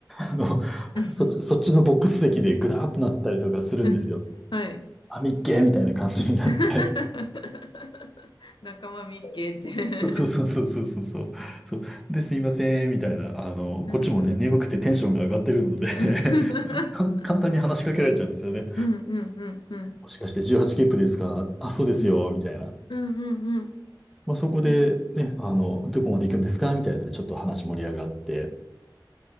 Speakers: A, in the centre; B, on the left.
A: あの、
B: うん
A: そっち、そっちのボックス席でグダーっとなったりとかするんですよ。
B: <laughs> はい。
A: あ、みっけーみたいな感じになって。
B: <laughs> 仲間みっけって。
A: そうそうそうそうそうそうそう。そうで、すいません、みたいな。あの、
B: <laughs> うんうん。
A: こっちもね、眠くてテンションが上がってるので
B: <laughs>
A: <laughs> かん、簡単に話しかけられちゃうんですよね。
B: うんうんうんうん。
A: もしかして18切符ですかあ、そうですよ、
B: うん
A: みたいな。
B: うんうん
A: まあ、そこでね、
B: うん。え
A: あの、どこまで行くんですかみたいなので、ちょっと話盛り上がって。